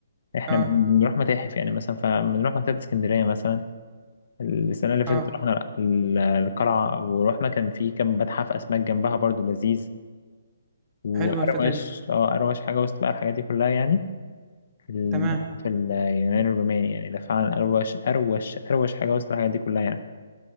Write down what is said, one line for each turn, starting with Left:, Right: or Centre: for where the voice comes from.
Left: احنا
Right: اه
Left: بنروح متاحف يعني مثلا فبنروح مكتبه اسكندريه مثلا السنه اللي فاتت
Right: اه
Left: رحنا ال- القلعه ورحنا كان في كم متحف اسماك جنبها برضو لذيذ واروش
Right: حلوه الفكره دي
Left: اه اروش حاجه وسط بقى الحاجات دي كلها يعني المتحف
Right: تمام
Left: اليوناني الروماني يعني ده فعلا اروش اروش اروش حاجه وسط الحاجات دي كلها يعني